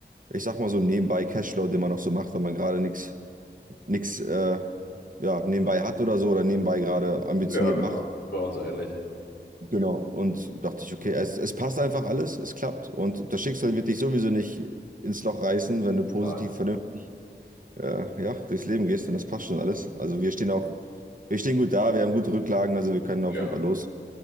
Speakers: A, on the right; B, on the left.
A: ich sag mal so nebenbei Cashflow, den man noch so macht, wenn man gerade nichts nichts äh, ja, nebenbei hat oder so oder nebenbei gerade ambitioniert
B: ja, genau.
A: macht.
B: Bei uns ähnlich.
A: Genau. Und dachte ich, okay, es, es passt einfach alles, es klappt und das Schicksal wird dich sowieso nicht ins Loch reißen, wenn du positiv,
B: Ah, genau.
A: vernünftig äh, ja, durchs Leben gehst und das passt schon alles. Also wir stehen auch, wir stehen gut da, wir haben gute Rücklagen, also wir können auf
B: Ja.
A: jeden Fall los.